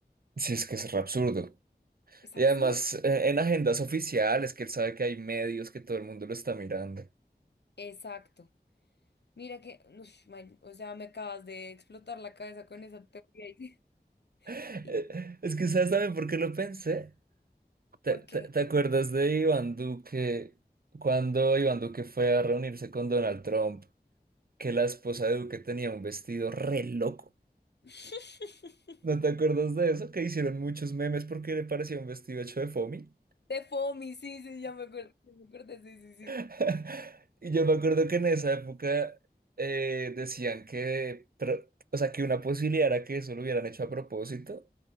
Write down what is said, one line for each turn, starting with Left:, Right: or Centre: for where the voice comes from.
Right: Sí, es que es re absurdo.
Left: Es
Right: Y
Left: absurdo.
Right: además eh, en agendas oficiales, que él sabe que hay medios, que todo el mundo lo está mirando. <laughs>
Left: Exacto. Mira que, ush, man, o sea, me acabas de explotar la cabeza con esa teoría.
Right: Eh,
Left: <laughs> ¿Y, y,
Right: Es que sabes también por qué lo pensé. ¿Te,
Left: por
Right: te-
Left: qué?
Right: te acuerdas de Iván Duque cuando Iván Duque fue a reunirse con Donald Trump? Que la esposa de Duque tenía un vestido re loco.
Left: <laughs>
Right: ¿No te acuerdas de eso? Que hicieron muchos memes porque le parecía un vestido hecho de foamy.
Left: De FOMI, sí, sí, ya me acuerdo, ya me acuerdo, sí, sí, sí.
Right: <laughs> Y yo me acuerdo que en esa época eh, decían que, pero, o sea, que una posibilidad era que eso lo hubieran hecho a propósito